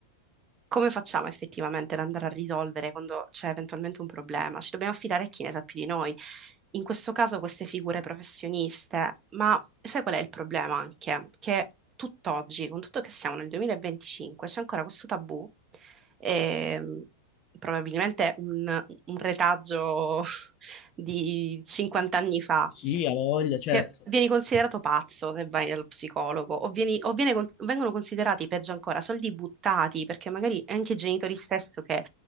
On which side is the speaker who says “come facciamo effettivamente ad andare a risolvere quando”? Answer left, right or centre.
Right